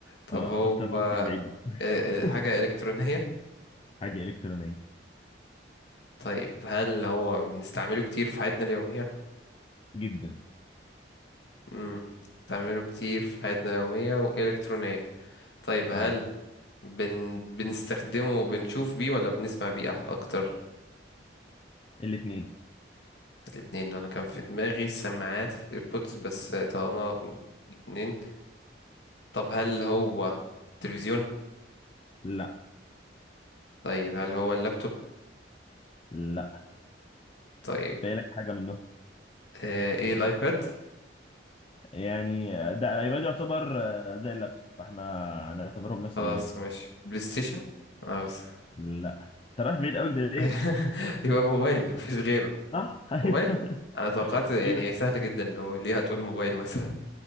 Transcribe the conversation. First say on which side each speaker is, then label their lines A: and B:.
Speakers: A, on the left (about 65°); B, on the left (about 30°).
A: طب
B: اه
A: هو
B: قلت اما
A: آه،
B: اخدك بعيد بقى.
A: آه،
B: <laughs>
A: حاجة إلكترونية
B: حاجة إلكترونية
A: طيب هل هو بنستعمله كتير في حياتنا اليومية؟
B: جدا
A: امم بنستعمله كتير في حياتنا اليومية وإلكترونية طيب هل
B: اه
A: بن... بنستخدمه بنشوف بيه ولا بنسمع بيه أح- أكتر؟
B: الاتنين
A: الاتنين انا كان في دماغي سماعات الايربودز بس طالما الاتنين طب هل هو تلفزيون
B: لا
A: طيب هل هو اللابتوب
B: لا
A: طيب
B: بالك حاجة منهم
A: آه ايه الايباد
B: يعني ده الايباد يعتبر آه، زي اللابتوب فاحنا نعتبرهم نفس
A: خلاص
B: الاجابه
A: ماشي بلاي ستيشن اه بس
B: لا انت رايح بعيد قوي كده ليه
A: <laughs> يبقى موبايل مفيش غيره
B: صح <laughs>
A: موبايل
B: ايوه
A: انا توقعت يعني
B: ايوه
A: هي سهلة جدا لو ليه هتقول موبايل مثلا